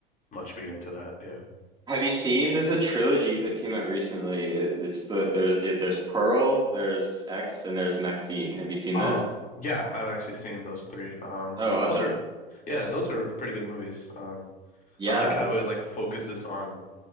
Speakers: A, on the left; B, on the right.
A: much be into that. Yeah.
B: Have you seen? There's a trilogy that came out recently. It, it's the there's it, there's Pearl, there's X, and there's Maxine. Have you seen
A: Oh,
B: that?
A: yeah, I've actually seen those three. Um,
B: Oh, awesome.
A: those are, yeah, those are pretty good movies. Um,
B: Yeah.
A: I like how it like focuses on